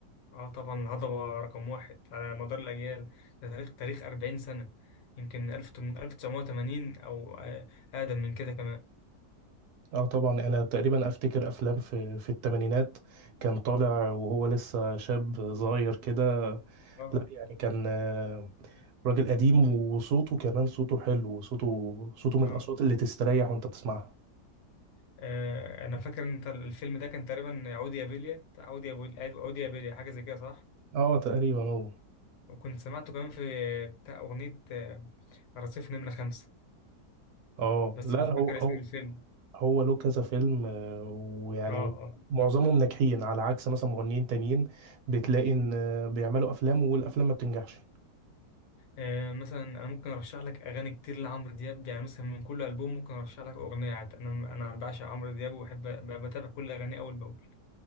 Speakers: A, on the left; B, on the right.
A: اه طبعا الهضبه رقم واحد على مدار الاجيال ده تاريخ تاريخ 40 سنه يمكن 1000 من 1980 او آه، اقدم من كده كمان
B: اه طبعا انا تقريبا افتكر افلام في في الثمانينات كان طالع وهو لسه شاب صغير كده
A: اه
B: يعني كان آه، راجل قديم وصوته كمان صوته حلو وصوته صوته من
A: اه
B: الاصوات اللي تستريح وانت بتسمعها
A: آه، انا فاكر ان انت الفيلم ده كان تقريبا عودي يا بيليا بتاع عودي يا بيليا أيوة، عودي يا بيليا حاجه زي كده صح
B: اه تقريبا هو
A: وكنت سمعته كمان في بتاع أغنية آه، رصيف نمرة خمسة
B: اه
A: بس
B: لا
A: مش
B: هو
A: فاكر
B: هو
A: اسم الفيلم
B: هو له كذا فيلم آه، ويعني
A: اه اه
B: معظمهم ناجحين على عكس مثلا مغنيين تانيين بتلاقي ان آه، بيعملوا افلام والافلام ما بتنجحش
A: آه، مثلا انا ممكن ارشح لك اغاني كتير لعمرو دياب يعني مثلا من كل البوم ممكن ارشح لك اغنيه عاد انا انا بعشق عمرو دياب وبحب ب- بتابع كل اغانيه اول باول